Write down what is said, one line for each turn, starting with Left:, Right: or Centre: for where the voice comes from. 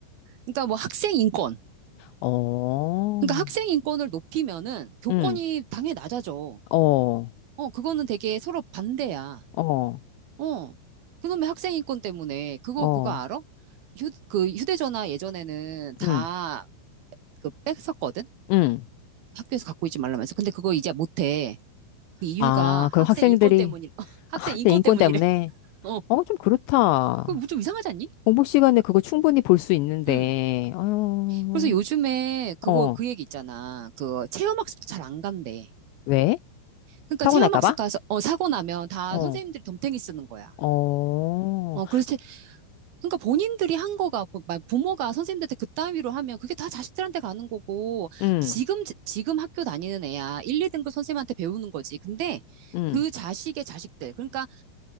Right: 그러니까 뭐 학생 인권.
Left: 어,
Right: 그러니까 학생 인권을 높이면은 교권이
Left: 응,
Right: 당연히 낮아져.
Left: 어,
Right: 어, 그거는 되게 서로 반대야.
Left: 어,
Right: 어, 그놈의 학생 인권 때문에 그거
Left: 어,
Right: 그거 알아? 휴, 그 휴대전화 예전에는 다
Left: 응,
Right: 그 뺐었거든.
Left: 응.
Right: 학교에서 갖고 있지 말라면서. 근데 그거 이제 못해. 그 이유가
Left: 아, 그럼
Right: 학생
Left: 학생들이,
Right: 인권 때문이 <laughs> 학생
Left: 아, 학생
Right: 인권
Left: 인권
Right: 때문이래.
Left: 때문에,
Right: <laughs> 어,
Left: 어, 좀 그렇다.
Right: 그거 뭐 좀 이상하지 않니?
Left: 공부 시간에 그거 충분히 볼 수 있는데,
Right: 응.
Left: 어,
Right: 그래서 요즘에 그거
Left: 어,
Right: 그 얘기 있잖아. 그 체험학습도 잘 안 간대.
Left: 왜?
Right: 그러니까
Left: 사고
Right: 체험학습
Left: 날까 봐?
Right: 가서 어 사고 나면 다
Left: 어,
Right: 선생님들이 덤탱이 쓰는 거야.
Left: 어,
Right: 어, 그래서 그러니까 본인들이 한 거가 부- 마- 부모가 선생님들한테 그따위로 하면 그게 다 자식들한테 가는 거고
Left: 응,
Right: 지금 지- 지금 학교 다니는 애야 1, 2등급 선생님한테 배우는 거지. 근데
Left: 응,
Right: 그 자식의 자식들 그러니까